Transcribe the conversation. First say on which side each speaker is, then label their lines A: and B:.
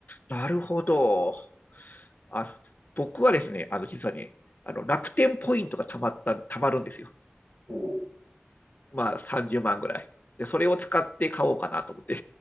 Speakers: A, on the left; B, on the right.
A: なるほど。あ、僕はですね、あの、実はね、あの、楽天ポイントがたまった、たまるんですよ。
B: うん、おう
A: まあ30万ぐらい。で、それを使って買おうかなと思って。